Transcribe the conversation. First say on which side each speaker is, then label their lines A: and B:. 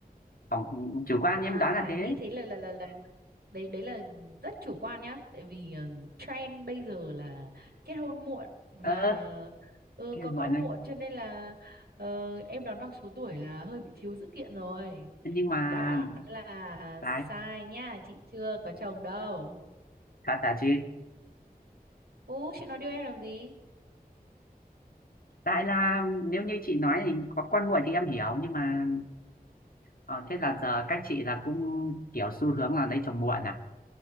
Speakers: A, on the left (about 65°); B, on the right (about 90°).
A: Còn chủ quan em
B: À,
A: đoán là thế.
B: như thế là là là là đấy đấy là rất chủ quan nhá, tại vì ờ, trend bây giờ là kết hôn muộn và
A: Ờ,
B: ừ,
A: thế
B: có
A: mọi
B: con
A: người.
B: muộn cho nên là ờ, em đoán bằng số tuổi là hơi bị thiếu dữ kiện rồi.
A: Nhưng mà
B: Đáp án là
A: đấy,
B: sai nha, chị chưa có chồng đâu.
A: thật hả chị?
B: Ú, chị nói điều em làm gì?
A: Tại là nếu như chị nói thì có con muộn thì em hiểu nhưng mà ờ, thế là giờ các chị là cũng kiểu xu hướng là lấy chồng muộn à